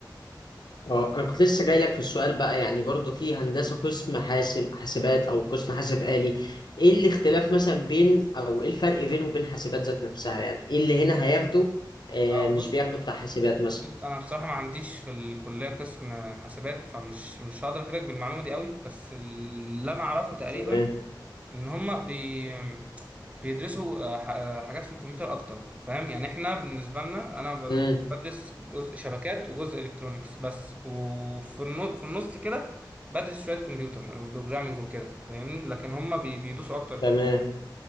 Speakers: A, on the left (about 65°); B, on the right (about 15°).
A: اه انا كنت لسه جاي لك في السؤال بقى يعني برضو في هندسه قسم حاسب حاسبات او قسم حاسب آلي ايه الاختلاف مثلا بين او ايه الفرق بينه وبين حاسبات ذات نفسها يعني ايه اللي هنا هياخده آه
B: اه
A: مش
B: بص
A: بياخده بتاع حاسبات مثلا
B: بص أنا بصراحة ما عنديش في الكلية قسم حسابات فمش مش هقدر أفيدك بالمعلومة دي أوي بس اللي أنا أعرفه تقريبا
A: تمام
B: ان هم بي بيدرسوا آه، ح- آه، حاجات في الكمبيوتر اكتر فاهم يعني احنا بالنسبه لنا انا ب-
A: امم
B: بدرس جزء شبكات وجزء الكترونيكس بس وفي النو- في النص كده بدرس شويه كمبيوتر بروجرامنج وكده فاهمني لكن هم بي- بيدوسوا اكتر في
A: تمام
B: ال...